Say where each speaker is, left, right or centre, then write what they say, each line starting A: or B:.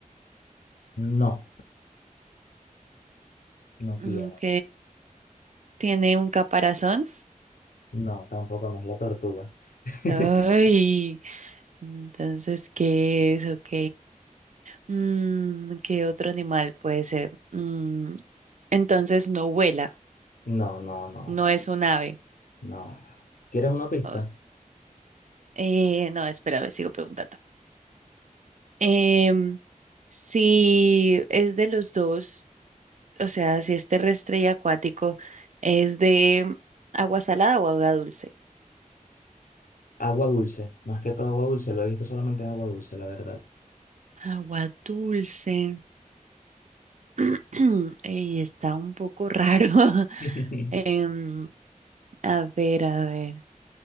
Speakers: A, on the left (about 80°); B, on the right (about 60°).
A: No, no
B: Ok.
A: tiene.
B: ¿Tiene un caparazón?
A: No, tampoco no es la tortuga. <laughs>
B: Ay, entonces, ¿qué es? Ok. Mm, ¿qué otro animal puede ser? Mm, entonces, no vuela,
A: No, no, no,
B: no es un ave.
A: no. ¿Quieres una pista?
B: Oh, eh, no, espera, a ver, sigo preguntando. Em, si es de los dos. o sea, si es terrestre y acuático, ¿es de agua salada o agua dulce?
A: Agua dulce. Más que todo agua dulce. Lo he visto solamente en agua dulce, la verdad.
B: Agua dulce. <clears throat> Ey, está un poco raro. <laughs>
A: <laughs>
B: Em, a ver, a ver.